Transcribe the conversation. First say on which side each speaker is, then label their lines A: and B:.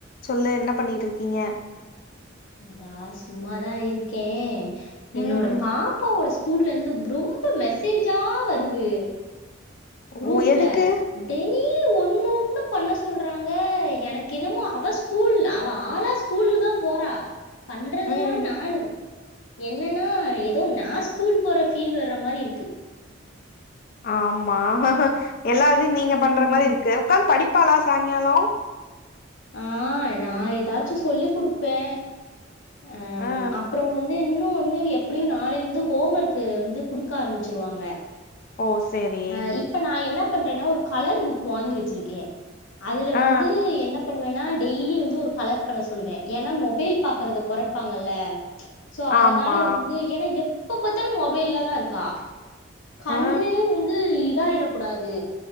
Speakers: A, on the left (about 50°); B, on the left (about 80°).
A: சொல்லு என்ன பண்ணியிட்டுருக்கீங்க
B: தா சும்மாதா இருக்கே
A: ம்
B: என்னோட பாப்பாவோட ஸ்கூல்லிந்து ப் ரொம்ப மெசேஜா வருது குரூப்ல
A: ஓ எதுக்கு
B: டெனி ப்டி ஒன்னு ஒன்னோ பண்ண சொல்றாங்க எனக்கென்னமோ அவ ஸ்கூல் அவ ஆளா ஸ்கூலுக்குதா போறா பண்றதெல்லா
A: ம்
B: நானு என்னெனா ஏதோ நா ஸ்கூல் போற ஃபீல் வர மாரி இருக்கு
A: ஆமா எல்லாதியு நீங்க
B: ம்
A: பண்ற மாதி இருக்கு உக்காந்து படி பாலா சாயிங்காலோ
B: ஆ நா ஏதாச்சு சொல்லி குடுப்பே ஆம்
A: ஆ
B: அப்புற வந்து இன் து வந்து இது எப்பிடியு நாளைலந்து ஹோம் ஒர்க்கு வந்து குடுக்க ஆரம்மிச்சிருவாங்க
A: ஓ சேரி
B: ஆ இப்ப நா என்ன பண்றேனா ஒரு கலர் புக் வாங்கி வெச்சிருக்கே அதுல வந்து
A: ஆ
B: என்ன பண்ணுவேனா டெய்லி வந்து ஒரு கலர் பண்ண சொல்லுவே ஏனா மொபைல் பாக்குறத கொறைப்பாங்கல்லே ச்ச சோ அதனால
A: ஆமா
B: வந்து ஏனா எப் போ பாத்தாலு மொபைல்லதா இருக்கா கண்ணுயு
A: ஆ
B: வந்து இத்தாயிரக் கூடாது